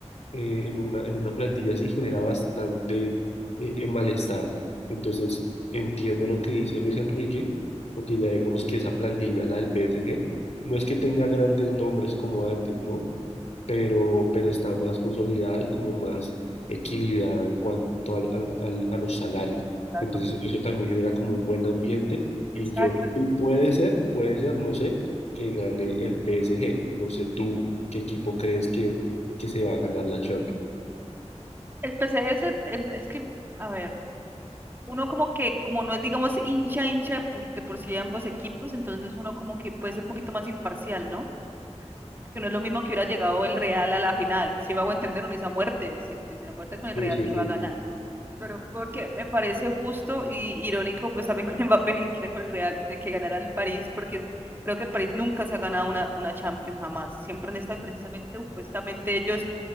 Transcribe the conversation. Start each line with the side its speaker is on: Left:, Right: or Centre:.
Left: eh, en una, en una plantilla así genera bastante eh, eh, malestar. Entonces entiendo lo que dice Luis Enrique, porque ya digamos que esa plantilla, la del PSG, no es que tenga grandes nombres como antes, ¿no? pero, pero está más consolidada y como más equilibrada en cuanto al- al- al- a los salarios.
Right: Exacto.
Left: Entonces eso también genera como un buen ambiente y
Right: Exacto.
Left: yo y puede ser, puede ser, no sé, que gane el PSG. No sé tú qué equipo crees que, que se va a ganar la Champions.
Right: El PSG es, el- el- es que, a ver, uno como que, como no es, digamos, hincha, hincha de por, de por sí de ambos equipos, entonces uno como que puede ser un poquito más imparcial, ¿no? Que no es lo mismo que hubiera llegado el Real a la final. Si me hago entender, uno dice a muerte, si dice a muerte con el
Left: Sí,
Right: Real
Left: sí,
Right: que
Left: sí,
Right: va a ganar. Pero porque me parece justo y irónico, pues también con <laughs> Mbappé y que con el Real, de que ganara el París, porque creo que el París nunca se ha ganado una, una Champions, jamás. Siempre en esta, precisamente, supuestamente ellos